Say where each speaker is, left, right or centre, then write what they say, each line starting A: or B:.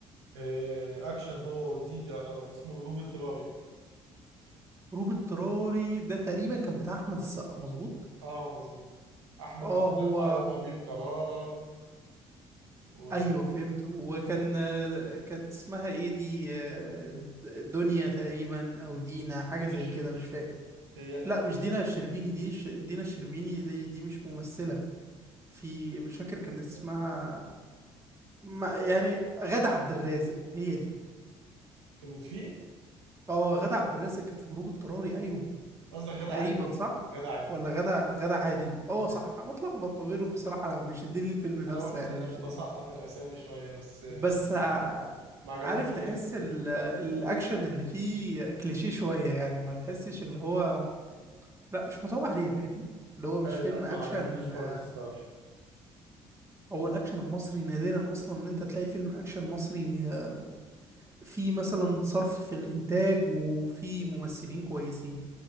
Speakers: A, on the right; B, on the right.
A: آه، اكشن هو وجديد يعتبر اسمه هروب اضطراري
B: هروب اضطراري ده تقريبا كان بتاع احمد السقا مظبوط
A: اه مظبوط احمد
B: اه
A: السقا
B: هو
A: وامير كرارة و
B: ايوه فهمت وكان آه، كانت اسمها ايه دي آه، د- دنيا تقريبا او دينا حاجه
A: هنا
B: زي
A: الشربيني
B: كده مش فاكر
A: تهيألي
B: لا مش دينا الشربيني دي ش... دينا الشربيني دي, دي مش ممثله في مش فاكر كان اسمها
A: لا
B: ما يعني غادة عبد الرازق هي دي
A: كانت فيه
B: اه غادة عبد الرازق كانت في هروب اضطراري ايوه
A: قصدك غادة
B: تقريبا
A: عادل
B: صح
A: غادة عادل
B: ولا غادة غادة عادل اه
A: أيوة.
B: صح أنا بتلخبط ما بينهم بصراحة انا بيشدني الفيلم نفسه
A: انا برضه
B: يعني بيشدني
A: بسقط الاسامي شويه بس يعني
B: بس ع-
A: ما عجبنيش
B: عارف تحس
A: انا الصراحه
B: ال... الاكشن اللي فيه كليشيه شوية يعني ما تحسش اللي هو لا مش متعوب عليه فاهمني اللي هو مش
A: اي
B: فيلم
A: لا ما
B: اكشن
A: عجبنيش خالص
B: آه،
A: الصراحه
B: هو الاكشن المصري نادرا اصلا ان انت تلاقي فيلم اكشن مصري آه، فيه مثلا صرف في الانتاج وفيه ممثلين كويسين